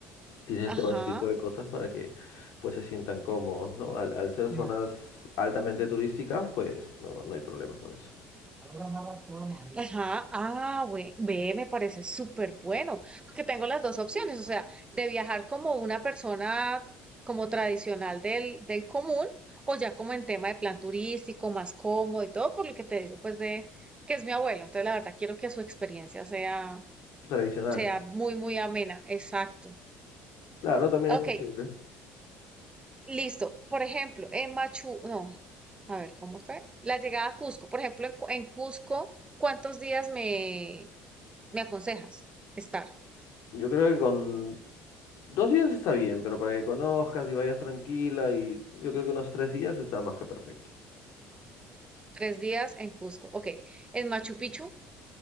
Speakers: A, on the left; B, on the right.
A: tienen
B: Ajá.
A: todo ese tipo de cosas para que, pues, se sientan cómodos, ¿no? Al, al ser zonas
B: La
A: altamente turísticas, pues, no, no hay problema con eso.
B: ahora amarra todo mal. Ajá, ah, bue- ve, me parece súper bueno, porque tengo las dos opciones, o sea, de viajar como una persona como tradicional del, del común, o ya como en tema de plan turístico, más cómodo y todo, por lo que te digo, pues de que es mi abuelo, entonces la verdad quiero que su experiencia sea,
A: Tradicional.
B: sea muy, muy amena, exacto.
A: Claro, también
B: Ok,
A: es posible.
B: listo, por ejemplo, en Machu, no, a ver, ¿cómo fue? La llegada a Cusco, por ejemplo, en, Cu- en Cusco, ¿cuántos días me ¿Me aconsejas estar
A: Yo creo que con dos días está bien, pero para que conozcas y vayas tranquila y yo creo que unos tres días está más que perfecto.
B: tres días en Cusco? Ok, en Machu Picchu.